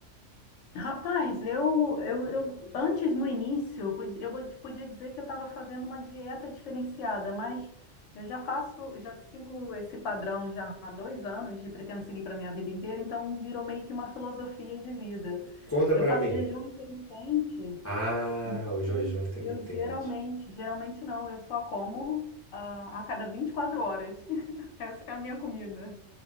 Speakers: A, on the left (about 90°); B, on the left (about 20°).
A: Rapaz, eu, eu, eu antes no início eu podia, eu podia dizer que eu estava fazendo uma dieta diferenciada, mas eu já faço, já sigo esse padrão já há dois anos e pretendo seguir para minha vida inteira, então virou meio que uma filosofia de vida.
B: Conta
A: Eu
B: pra
A: faço
B: mim.
A: jejum intermitente
B: Ah,
A: Então,
B: o jejum intermitente.
A: eu geralmente, geralmente não, eu só como ah, a cada 24 horas. <laughs> Essa é a minha comida.